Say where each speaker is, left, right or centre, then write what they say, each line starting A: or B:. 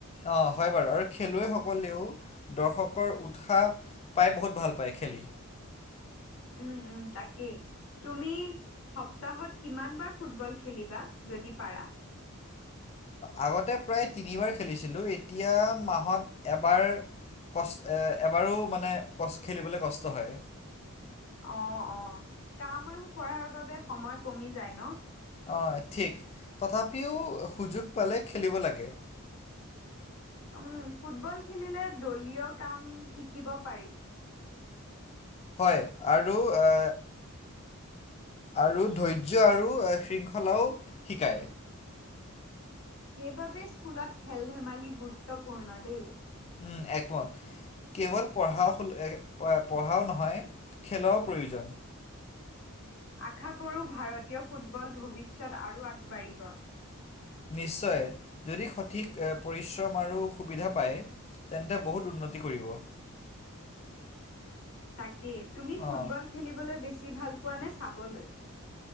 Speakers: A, on the left; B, on the left.
A: অ হয় বাৰু আৰু খেলুৱৈসকলেও দৰ্শকৰ উৎসাহ পাই বহুত ভাল পায় খেলি
B: উম উম তাকেই তুমি সপ্তাহত কিমান বাৰ ফুটবল খেলিবা যদি পাৰা
A: আগতে প্ৰায় তিনিবাৰ খেলিছিলোঁ এতিয়া মাহত এবাৰ কষ্ট এবাৰো মানে ক <unintelligible> খেলিবলৈ কষ্ট হয়
B: অ অ কাম আৰু পঢ়াৰ বাবে সময় কমি যায় ন
A: অঁ ঠিক তথাপিও সুযোগ পালে খেলিব লাগে
B: উম ফুটবল খেলিলে দলীয় কাম শিকিব পাৰি
A: হয় আৰু এ আৰু ধৈৰ্য আৰু শৃংখলাও শিকায়
B: সেইবাবে স্কুলত খেল ধেমালি গুৰুত্বপূৰ্ণ দেই
A: উম একমত কেৱল পঢ়া পঢ়াও নহয় খেলৰ ও প্ৰয়োজন
B: আশা কৰোঁ ভাৰতীয় ফুটবল ভৱিষ্যত আৰু আগবাঢ়িব
A: নিশ্চয় যদি সঠিক পৰিশ্ৰম আৰু সুবিধা পায় তেন্তে বহুত উন্নতি কৰিব
B: তাকে তুমি
A: অঁ
B: ফুটবল খেলিবলৈ বেছি ভাল পোৱা নে চাবলৈ